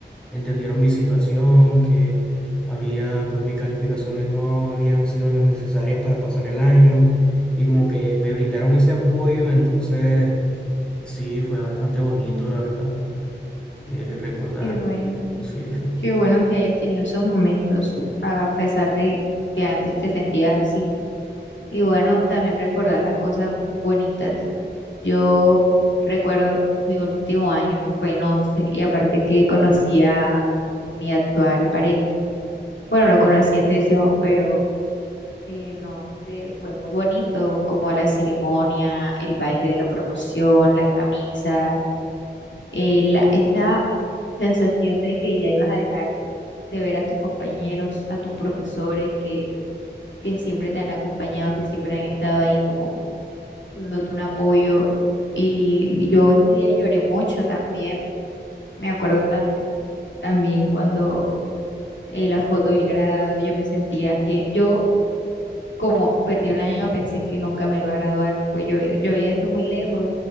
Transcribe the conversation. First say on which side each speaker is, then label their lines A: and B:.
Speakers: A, in the centre; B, on the left.
A: entendieron mi situación, que había, pues mis calificaciones no habían sido las necesarias para pasar el año y como que me brindaron ese apoyo, entonces sí, fue bastante bonito, la verdad, eh, recordar.
B: Qué bueno,
A: Sí, sí.
B: qué bueno que hayas tenido esos momentos, a pesar de que antes te sentías así. Y bueno, también recordar las cosas bonitas. Yo recuerdo mi último año que fue en 11 y aparte que conocí a mi actual pareja. Bueno, lo conocí en décimo, pero eh, no, se fue muy bonito, como la ceremonia, el baile de la promoción, las camisas, eh, la- esa sensación de que ya ibas a dejar de ver a tus compañeros, a tus profesores que, que siempre te han acompañado, que siempre han estado ahí como dándote un apoyo. Y yo ese día lloré mucho también, me acuerdo tanto, también cuando eh, la foto del grado, yo me sentía que yo como perdí un año, pensé que nunca me iba a graduar, pues yo, yo veía eso muy lejos.